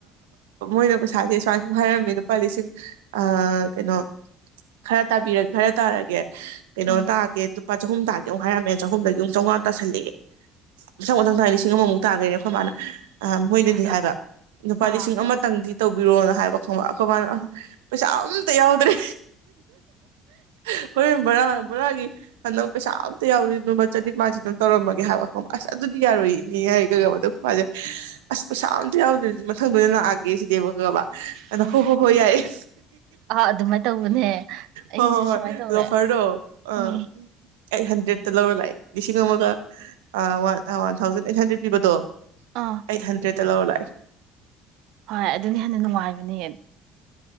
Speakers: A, on the right (about 85°); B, on the right (about 75°).
A: ꯃꯣꯏꯅ ꯄꯩꯁꯥꯁꯦ ꯁꯨꯃꯥꯏ ꯁꯨꯝ ꯍꯥꯏꯔꯝꯃꯦ ꯂꯨꯄꯥ ꯂꯤꯁꯤꯡ ꯀꯩꯅꯣ ꯈꯔ ꯇꯥꯕꯤꯔ ꯈꯔ ꯇꯥꯔꯒꯦ ꯀꯩꯅꯣ
B: ꯎꯝ
A: ꯇꯥꯒꯦ ꯂꯨꯄꯥ ꯆꯍꯨꯝ ꯇꯥꯒꯦ ꯑꯃꯨꯛ ꯍꯥꯏꯔꯝꯃꯦ ꯆꯍꯨꯝꯗꯩꯩ ꯌꯨꯝ ꯆꯥꯝꯃꯉꯥ ꯇꯥꯁꯜꯂꯛꯑꯦ ꯃꯊꯪ ꯃꯊꯪ ꯇꯥꯏ ꯂꯤꯁꯤꯡ ꯑꯃꯃꯨꯛ ꯇꯥꯈꯔꯦ ꯑꯩꯈꯣꯏ ꯃꯥꯅ ꯑ ꯃꯣꯏꯅꯗꯤ
B: ꯑꯁ
A: ꯍꯥꯏꯕ
B: ꯑꯁ
A: ꯂꯨꯄꯥ
B: ꯑꯥ
A: ꯂꯤꯁꯤꯡ ꯑꯃꯇꯪꯗꯤ ꯇꯧꯕꯤꯔꯣꯅ ꯍꯥꯏꯕ ꯈꯪꯕ ꯑꯩꯈꯣꯏ ꯃꯥꯅ
B: ꯎꯝ
A: ꯄꯩꯁꯥ ꯑꯝꯇ ꯌꯥꯎꯗ꯭ꯔꯦ <unintelligible> ꯍꯣꯔꯦꯟ ꯕꯣꯔꯥ ꯚꯔꯥꯒꯤ ꯍꯟꯅꯕ ꯄꯩꯁꯥ ꯑꯝꯇ ꯌꯥꯎꯗꯔ꯭ꯦ ꯆꯅꯤꯄꯥꯟꯁꯤꯇꯪ ꯇꯧꯔꯝꯃꯒꯦ ꯍꯥꯏꯕ ꯑꯁ ꯑꯗꯨꯗꯤ ꯌꯥꯔꯣꯏ ꯏꯅꯦ ꯍꯥꯏꯌꯦ <unintelligible> ꯑꯗꯣ ꯃꯥꯁꯦ ꯑꯁ ꯄꯩꯁꯥ ꯑꯝꯇ ꯌꯥꯎꯗ꯭ꯔꯗꯤ ꯃꯊꯪꯗ ꯂꯥꯛꯑꯒꯦ ꯁꯤꯅꯦꯕ ꯈꯪꯉꯕꯥ ꯑꯗ
B: ꯎꯝ
A: ꯍꯣ ꯍꯣ ꯍꯣꯏ ꯌꯥꯏꯌꯦ
B: ꯑꯥ ꯑꯗꯨꯃꯥꯏꯅ ꯇꯧꯕꯅꯦ ꯑꯩꯁꯨ
A: ꯍꯣ ꯍꯣ ꯍꯣꯏ
B: ꯁꯨꯃꯥꯏꯅ ꯇꯧꯋꯦ
A: ꯂꯣꯐꯔꯗꯣ ꯑ
B: ꯎꯝ
A: ꯑꯩꯠ ꯍꯟꯗ꯭ꯔꯦꯗꯇ ꯂꯧꯔ ꯂꯥꯛꯑꯦ ꯂꯤꯁꯤꯡ ꯑꯃꯒ one one thousand eight hundred ꯄꯤꯕꯗꯣ
B: ꯑꯥ
A: ꯑꯩꯠ ꯍꯟꯗ꯭ꯔꯦꯠ ꯇꯂꯧ ꯂꯏ
B: ꯍꯣꯏ ꯑꯗꯨꯅ ꯍꯦꯟꯅ ꯅꯨꯡꯉꯥꯏꯕꯅꯦꯌꯦ